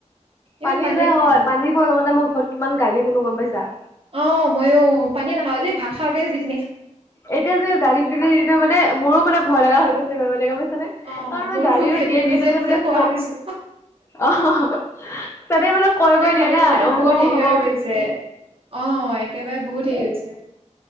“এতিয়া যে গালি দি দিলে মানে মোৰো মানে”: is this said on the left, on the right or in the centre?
Left